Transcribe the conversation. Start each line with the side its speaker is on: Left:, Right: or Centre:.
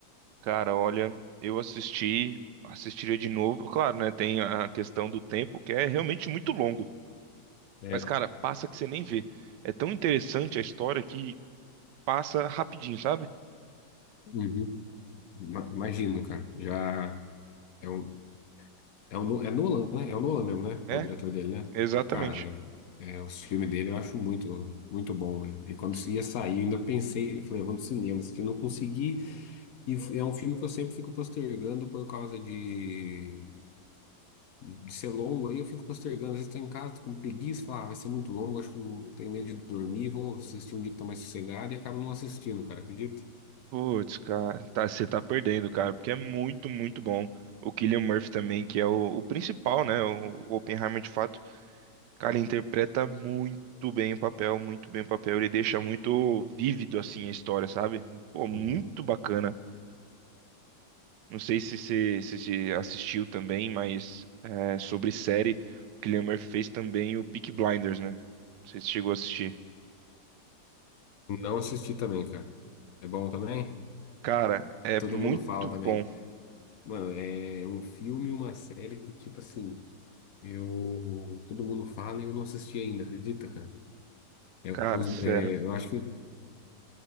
Right: cara, olha, eu assisti, assistiria de novo. Claro, né? Tem a questão do tempo, que é realmente muito longo.
Left: né?
Right: Mas,
Left: É.
Right: cara, passa que você nem vê. É tão interessante a história que passa rapidinho, sabe?
Left: Uhum. Ma- Imagino, cara. Já é um, É o, No- é Nolan, né? É o Nolan mesmo, né?
Right: É,
Left: O diretor dele, né?
Right: exatamente.
Left: Cara, é, é, os filmes dele eu acho muito, muito bom, né? E quando
Right: Sim.
Left: ia sair, eu ainda pensei, eu falei, eu vou no cinema, se não consegui. E f- é um filme que eu sempre fico postergando por causa de, de, de ser longo. Aí eu fico postergando. Às vezes tô em casa, tô com preguiça, falo, ah, vai ser muito longo, acho que não tenho medo de dormir, vou assistir um dia que tô mais sossegado e acabo não assistindo, cara, acredita?
Right: Putz, cara, tá, você tá perdendo, cara, porque é muito, muito bom. O Cillian Murphy também, que é o, o principal, né? O, o Oppenheimer, de fato, cara, ele interpreta muito bem o papel, muito bem o papel. Ele deixa muito vívido, assim, a história, sabe? Pô, muito
Left: Uhum.
Right: bacana. Não sei se você se, você assistiu também, mas é, sobre série, o Cillian Murphy fez também o Peaky Blinders, né? Não sei se chegou a assistir.
Left: Não assisti também, cara. É bom também?
Right: Cara, é
Left: Todo
Right: muito
Left: mundo fala
Right: bom.
Left: também. Mano, é um filme e uma série que, tipo assim, eu. Todo mundo fala e eu não assisti ainda, acredita, cara? É,
Right: Cara,
Left: os-
Right: sério.
Left: é, eu acho que